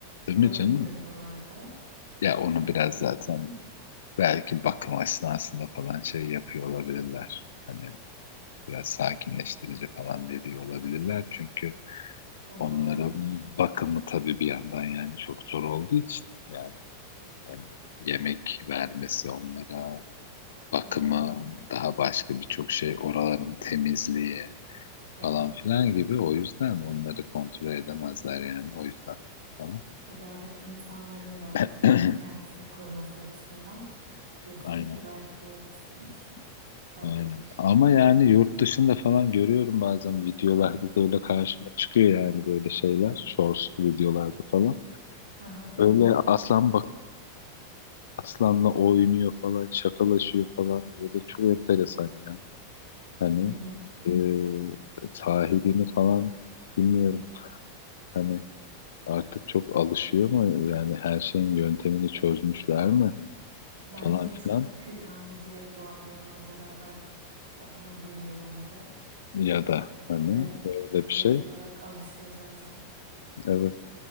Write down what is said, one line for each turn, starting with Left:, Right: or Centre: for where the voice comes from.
Left: Değil
Right: öyle
Left: mi canım?
Right: görünüyorlardı.
Left: Ya onu
Right: Acayipti
Left: biraz zaten
Right: değil mi?
Left: belki bakım esnasında falan şey yapıyor olabilirler. Hani biraz sakinleştirici falan veriyor olabilirler. Çünkü
Right: O
Left: onların
Right: da olabilir.
Left: bakımı tabii bir yandan yani çok zor olduğu için. yani. Yani yemek vermesi onlara, bakımı,
Right: Değil mi?
Left: daha başka birçok şey, oraların temizliği
Right: Tabii.
Left: falan filan gibi. O yüzden onları kontrol edemezler yani o yüzden falan.
Right: Tabii oradaki insanların da
Left: <clears throat>
Right: ko- kendisini koruması açısından. Diyorsun
Left: Aynen,
Right: ki belki böyle bir bir şey sakinleştiriyorlardır.
Left: aynen. Ama yani yurt dışında falan görüyorum bazen videolarda da öyle karşıma çıkıyor yani böyle şeyler. Shorts videolarda falan.
Right: Hı hı.
Left: Böyle aslan bak aslanla oynuyor falan, şakalaşıyor falan. Böyle çok enteresan ya. Hani
Right: Hı hı.
Left: e, sahibini falan bilmiyorum. Hani artık çok alışıyor mu? Yani her şeyin yöntemini çözmüşler mi?
Right: Bence
Left: Falan
Right: çok
Left: filan.
Right: kü- yani direkt doğar doğmaz beraber onunla büyüyor bence
Left: Ya da hani
Right: ve
Left: öyle bir
Right: direkt
Left: şey.
Right: olarak alışıyor zaten.
Left: Evet.